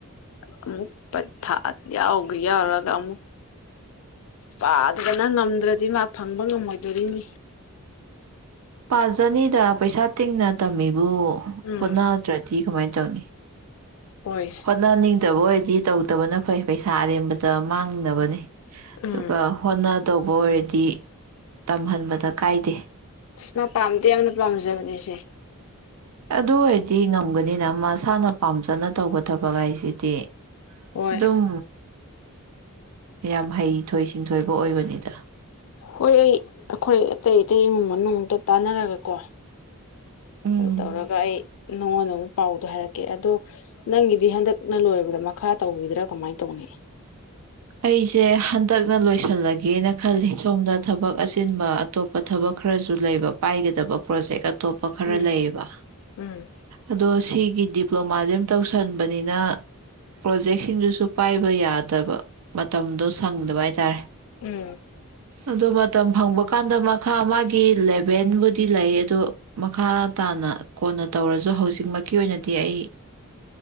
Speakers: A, on the left; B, on the right.
A: ꯑꯃꯨꯛ ꯄꯊꯥ ꯌꯥꯎꯕ ꯌꯥꯎꯔꯒ ꯑꯃꯨꯛ ꯄꯥꯗꯗꯅ ꯉꯝꯗ꯭ꯔꯗꯤ ꯃꯥ ꯐꯪꯕ ꯉꯝꯃꯣꯏꯗꯣꯔꯤꯅꯤ
B: ꯄꯥꯖꯅꯤꯗ ꯄꯩꯁꯥ ꯇꯤꯡꯅ ꯇꯝꯃꯤ ꯕꯨ
A: ꯎꯝ
B: ꯍꯣꯠꯅꯗ꯭ꯔꯗꯤ ꯀꯃꯥꯏꯅ ꯇꯧꯅꯤ
A: ꯍꯣꯏ
B: ꯍꯣꯠꯅꯅꯤꯡ ꯐꯇꯕ ꯑꯣꯏꯔꯗꯤ ꯇꯧꯗꯕꯅ ꯐꯩ ꯄꯩꯁꯥ ꯑꯔꯦꯝꯕꯗ ꯃꯥꯡꯅꯕꯅꯤ ꯑꯗꯨꯒ
A: ꯎꯝ
B: ꯍꯣꯠꯅ ꯇꯧꯕ ꯑꯣꯏꯔꯗꯤ ꯇꯝꯍꯟꯕꯗ ꯀꯥꯏꯗꯦ
A: ꯑꯁ ꯃꯥ ꯄꯥꯝꯗꯤ ꯌꯥꯝꯅ ꯄꯥꯝꯖꯕꯅꯤꯁꯦ
B: ꯑꯗꯨ ꯑꯣꯏꯔꯗꯤ ꯉꯝꯒꯅꯤꯅ ꯃꯁꯥꯅ ꯄꯥꯝꯖꯅ ꯇꯧꯕ ꯊꯕꯛ ꯍꯥꯏꯁꯤꯗꯤ
A: ꯍꯣꯏ
B: ꯑꯗꯨꯝ ꯌꯥꯝ ꯍꯩꯊꯣꯏ ꯁꯤꯡꯊꯣꯏꯕ ꯑꯣꯏꯕꯅꯤꯗ
A: ꯍꯣꯏ ꯑꯩ ꯑꯩꯈꯣꯏ ꯑꯇꯩ ꯑꯇꯩ ꯏꯃꯨꯡ ꯃꯅꯨꯡ ꯑꯝꯇ ꯇꯥꯟꯅꯔꯒꯀꯣ
B: ꯎꯝ
A: ꯑꯗꯨ ꯇꯧꯔꯒ ꯑꯩ ꯅꯉꯣꯟꯗ ꯑꯃꯨꯛ ꯄꯥꯎꯗꯣ ꯍꯥꯏꯔꯛꯀꯦ ꯑꯗꯣ ꯅꯪꯒꯤꯗꯤ ꯍꯟꯗꯛꯅ ꯂꯣꯏꯔꯕ꯭ꯔꯥ ꯃꯈꯥ ꯇꯧꯒꯤꯗ꯭ꯔꯥ ꯀꯃꯥꯏꯅ ꯇꯧꯅꯤ
B: ꯑꯩꯁꯦ ꯍꯟꯗꯛꯅ ꯂꯣꯏꯁꯤꯜꯂꯒꯦꯅ ꯈꯜꯂꯤ ꯁꯣꯝꯗ ꯊꯕꯛ ꯑꯆꯤꯟꯕ ꯑꯇꯣꯞꯄ ꯊꯕꯛ ꯈꯔꯁꯨ ꯂꯩꯕ ꯄꯥꯏꯒꯗꯕ ꯄ꯭ꯔꯣꯖꯦꯛ ꯑꯇꯣꯞꯄ ꯈꯔ
A: ꯎꯝ
B: ꯂꯩꯌꯦꯕ
A: ꯎꯝ
B: ꯑꯗꯣ ꯁꯤꯒꯤꯗꯤ ꯗꯤꯄ꯭ꯂꯣꯃꯥꯁꯦ ꯑꯃ ꯇꯧꯁꯟꯕꯅꯤꯅ ꯄ꯭ꯔꯣꯖꯦꯛꯁꯤꯡꯗꯨꯁꯨ ꯄꯥꯏꯕ ꯌꯥꯗꯕ ꯃꯇꯝꯗꯣ ꯁꯪꯗꯕ ꯍꯥꯏꯇꯥꯔꯦ
A: ꯎꯝ
B: ꯑꯗꯣ ꯃꯇꯝ ꯐꯪꯕ ꯀꯥꯟꯗ ꯃꯈꯥ ꯃꯥꯒꯤ ꯂꯦꯚꯦꯟꯕꯨꯗꯤ ꯂꯩ ꯑꯗꯨꯣ ꯃꯈꯥ ꯇꯥꯅ ꯀꯣꯟꯅ ꯇꯧꯔꯁꯨ ꯍꯧꯖꯤꯛꯃꯛꯀꯤ ꯑꯣꯏꯅꯗꯤ ꯑꯩ